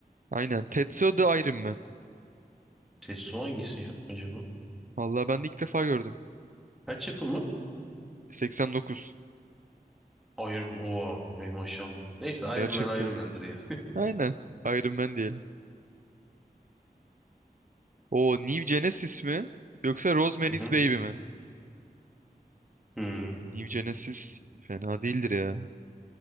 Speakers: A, on the right; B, in the centre.
A: Aynen. Tetsuo the Iron Man.
B: Tetsuo hangisi ya acaba?
A: Vallahi ben de ilk defa gördüm.
B: Kaç yapımı?
A: 89.
B: Iron Oha. Ey maşallah. Neyse Iron
A: Gerçekten.
B: Man Iron Man'dir ya.
A: Aynen. Iron Man diyelim. O New Genesis mi? Yoksa Rosemary's
B: <laughs> Hı hı.
A: Baby mi?
B: Hmm.
A: New Genesis fena değildir ya.